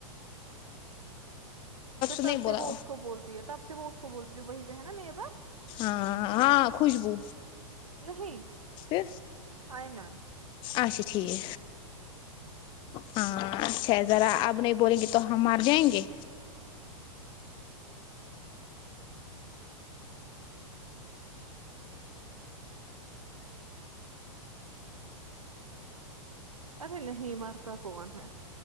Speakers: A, on the right; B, on the left.
A: ہی پھر
B: نہیں
A: تب
B: بولا
A: سے وہ اس کو بولتی ہے تب سے وہ بولی وہہ پے ہے نا نہیںا
B: ہاں ہاں خوشبو
A: نہیں
B: ا
A: نہیں ن
B: اچھا ٹھیک ہاں اچھا ہے ذرا اب نہیں بولیں گے تو ہم مار جائیں گے
A: ارے نہیںمرتا کون ہے